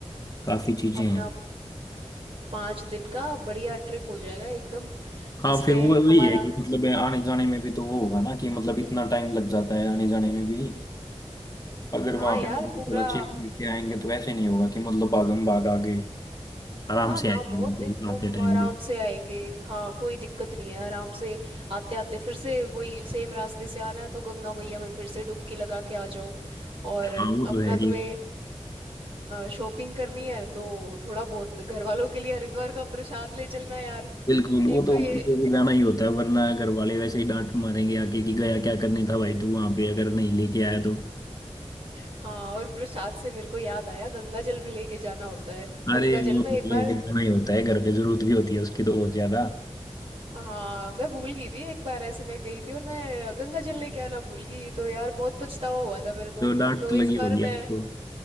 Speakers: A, on the left; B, on the right.
A: काफी चीजें
B: अपना
A: हैं
B: पाँच दिन का बढ़िया ट्रिप हो जाएगा एकदम
A: हाँ
B: इस
A: फिर
B: पे
A: वो वही
B: हमारा
A: है कि मतलब आने जाने में भी तो वो होगा ना कि मतलब इतना टाइम लग जाता है आने जाने में भी अगर
B: हाँ
A: वहां
B: यार
A: पे मतलब
B: पूरा
A: थोड़ा चिल लेके आएंगे तो ऐसे नहीं होगा कि मतलब भागम भाग आ गए आराम
B: ना ना
A: से आएंगे
B: बहुत
A: बिल्कुल
B: एकदम
A: आते टाइम
B: आराम
A: भी
B: से आएंगे हाँ कोई दिक्कत नहीं है आराम से आते आते फिर से वही सेम रास्ते से आना है तो गंगा मैया में फिर से डुबकी लगा के आ जाओ और
A: हाँ वो तो
B: अपना
A: है ये
B: तुम्हें शॉपिंग करनी है तो थोड़ा बहुत घर वालों के लिए हरिद्वार का प्रसाद ले चलना यार
A: बिल्कुल वो
B: एक तो
A: तो
B: ये
A: उनको बुलाना ही होता है वरना घर वाले वैसे ही डांट मारेंगे आके कि गया क्या करने था भाई तू वहां पे अगर नहीं लेके आया तो
B: हाँ और प्रसाद से मेरे को याद आया गंगा जल भी लेके जाना होता है गंगा
A: अरे
B: जल
A: वो
B: में
A: तो
B: एक बार
A: लेके जाना ही होता है घर पे जरूरत भी होती है उसकी तो बहुत ज्यादा
B: हाँ मैं भूल गई थी एक बार ऐसे मैं गई थी और मैं गंगा जल लेके आना भूल गई तो यार बहुत पछतावा हुआ था मेरे को
A: तो डांट
B: तो
A: तो
B: इस
A: लगी
B: बार
A: होगी आपको
B: मैं